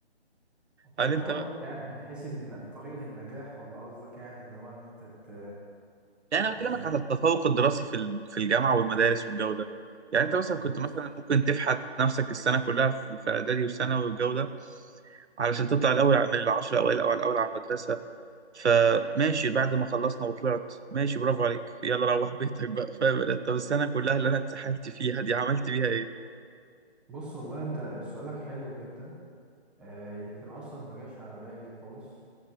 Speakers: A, on the right; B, in the centre.
A: هل
B: انت
A: انت
B: قصدك
A: بقى،
B: يعني من حيث ان الطريق للنجاح ولا قصدك يعني اللي هو ان انت ت...
A: يعني انا
B: عشان
A: بكلمك على التفوق الدراسي في ال- في الجامعه والمدارس والجو ده يعني انت مثلا
B: بص
A: كنت مثلا ممكن تفحت نفسك السنه كلها في في اعدادي وثانوي والجو ده علشان تطلع الاول من العشر اوائل او الاول على المدرسه فماشي بعد ما خلصنا وطلعت ماشي برافو عليك يلا روح بيتك بقى فاهم انت طب السنه كلها اللي انا اتسحلت فيها دي عملت بيها ايه
B: بص والله انت سؤالك حلو جدا آه يمكن اصلا ما جاش على بالي خالص